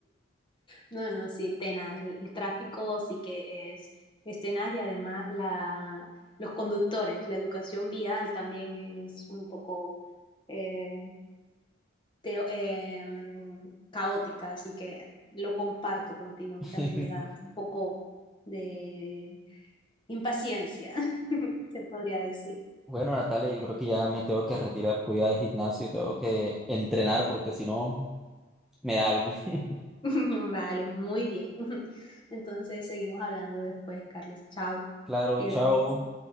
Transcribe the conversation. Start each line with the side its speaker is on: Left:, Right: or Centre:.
Left: No, no, sí, tenaz. El, el tráfico sí que es, es tenaz y además la, los conductores, la educación vial también es un poco... eh, teo- em, caótica, así que lo comparto contigo. A mí
Centre: <laughs>
Left: también me da un poco de impaciencia, <laughs> se podría decir.
Centre: Bueno, Natalia, yo creo que ya me tengo que retirar, voy al gimnasio, tengo que entrenar porque si no me da algo. <laughs>
Left: <laughs> Vale, muy bien. <laughs> Entonces seguimos hablando después, Carlos. Chao.
Centre: Claro,
Left: Cuídate.
Centre: chao.